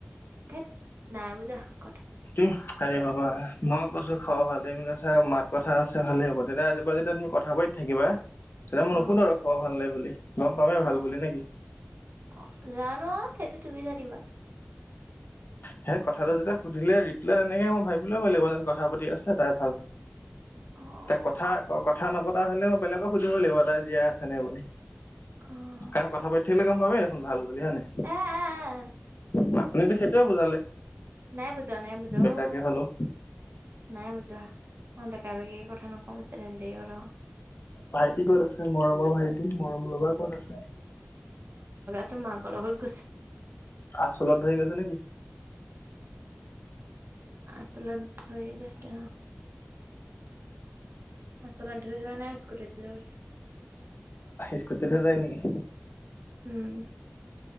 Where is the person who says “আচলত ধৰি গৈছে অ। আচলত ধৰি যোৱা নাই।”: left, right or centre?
Right